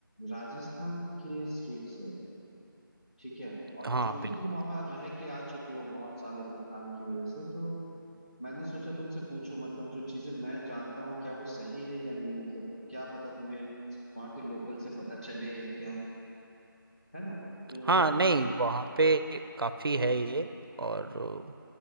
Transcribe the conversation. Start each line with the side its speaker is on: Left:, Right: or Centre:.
Left: राजस्थान के स्टेट से है ठीक है और
Right: हाँ
Left: जो कि
Right: बिल्कुल
Left: तुम वहां रह के आ चुके हो बहुत सालों तक काम की वजह से तो मैंने सोचा तुमसे पूछूं मतलब जो चीजें मैं जानता हूँ क्या वो सही है या नहीं मतलब क्या पता तुम्हें वहां के लोकल से पता चले या क्या है ना तो
Right: हाँ नहीं वहाँ पे काफ़ी है ये और अ,